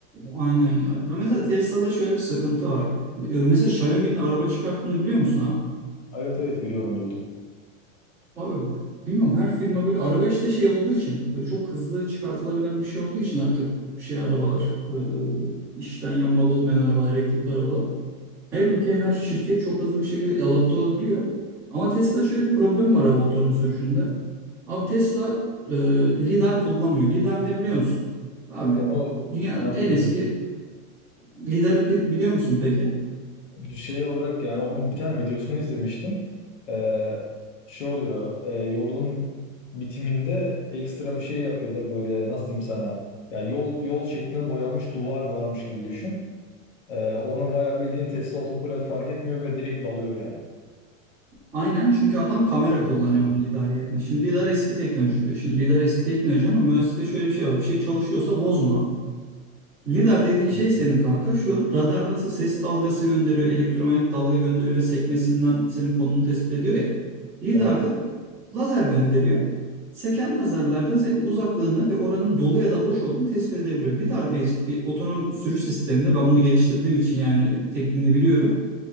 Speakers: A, in the centre; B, on the left.
A: aynen ya. Ve Mesela Tesla'da şöyle bir sıkıntı var. Ee, Mesela Xiaomi'nin araba çıkarttığını biliyor musun abi?
B: Evet evet biliyorum duydum.
A: Abi bilmiyorum her firma böyle araba işte şey olduğu için e, çok hızlı çıkartılabilen bir şey olduğu için artık şey arabalar böyle e, işten yanmalı olmayan arabalar elektrikli arabalar. Her ülke her şirket çok hızlı bir şekilde adapte olabiliyor. Ama Tesla şöyle bir problem var abi otonom sürüşünde. Abi Tesla e, lidar kullanmıyor. Lidar ne biliyor musun? Abi
B: Onu
A: dünyanın
B: ben
A: en
B: duydum.
A: eski lidarı pi- biliyor musun peki?
B: şey olarak yani onun bir tane videosunu izlemiştim. Ee, şey oluyor e, yolun bitiminde ekstra bir şey yapıyorlar böyle nasıl diyeyim sana ya yol yol şeklinde boyanmış duvar varmış gibi düşün. Ee, onu bayağı bildiğin Tesla otopilot fark etmiyor ve direkt dalıyor yani.
A: Aynen çünkü adam kamera kullanıyor lidar yerine. Şimdi lidar eski teknoloji diyor. Şimdi lidar eski teknoloji ama mühendislikte şöyle bir şey var. Bir şey çalışıyorsa bozma abi. Lidar dediğin şey
B: Hmm.
A: senin kanka şu radar nasıl ses dalgası gönderiyor, elektromanyetik dalga gönderiyor ve sekmesinden senin konunu tespit ediyor ya. Lidar
B: Evet,
A: da lazer gönderiyor. Seken lazerlerden senin uzaklığını ve oranın dolu ya da boş olduğunu tespit edebiliyor. Lidar based bir otonom sürüş sisteminde ben bunu geliştirdiğim için yani tekniğini biliyorum.